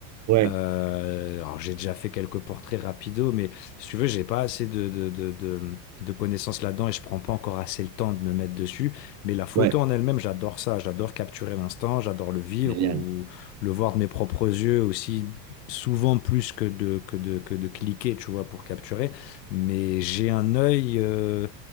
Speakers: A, on the right; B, on the left.
A: Ouais,
B: Euh, alors j'ai déjà fait quelques portraits rapido, mais si tu veux, j'ai pas assez de, de, de, de- de connaissances là-dedans et je prends pas encore assez le temps de me mettre dessus. Mais la photo
A: ouais.
B: en elle-même, j'adore ça. J'adore capturer l'instant, j'adore le vivre
A: Génial.
B: ou le voir de mes propres yeux aussi, souvent plus que de, que de, que de cliquer, tu vois, pour capturer. Mais j'ai un œil euh,